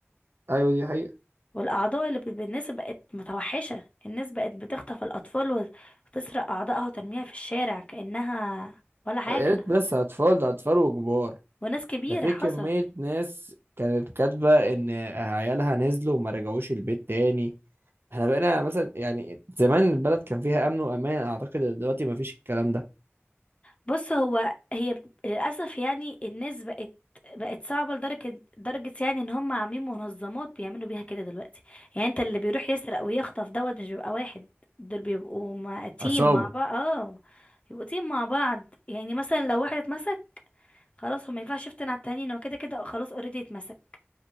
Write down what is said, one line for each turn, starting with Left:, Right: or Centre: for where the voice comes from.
Right: ايوه دي حقيقة
Left: والاعضاء اللي ب... ب- الناس بقت متوحشة الناس بقت بتخطف الاطفال وت- وتسرق اعضائها وترميها في الشارع كأنها ولا حاجة
Right: يا ريت بس اطفال ده اطفال وكبار
Left: وناس كبيرة
Right: ده في
Left: حصل
Right: كمية ناس كانت كاتبة ان عيالها نزلوا وما رجعوش البيت تاني احنا بقينا مثلا يعني زمان البلد كان فيها امن وامان اعتقد إن دلوقتي مفيش الكلام ده
Left: بص هو هي بت- للأسف يعني الناس بقت بقت صعبة لدرجة درجة يعني ان هم عاملين منظمات بيعملوا بيها كده دلوقتي يعني انت اللي بيروح يسرق ويخطف دوت مش بيبقى واحد دول بيبقوا مع تيم
Right: عصابة
Left: مع بعض اه بيبقوا تيم مع بعض يعني مثلا لو واحد اتمسك خلاص هو ما ينفعش يفتن على التانيين هو كده كده خلاص اوريدي اتمسك